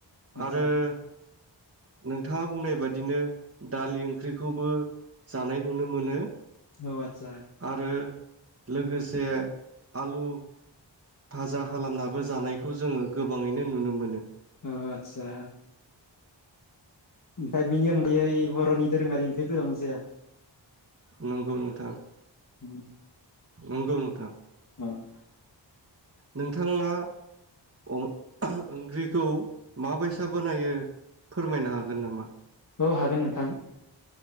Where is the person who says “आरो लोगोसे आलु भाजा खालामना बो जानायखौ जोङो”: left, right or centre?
Right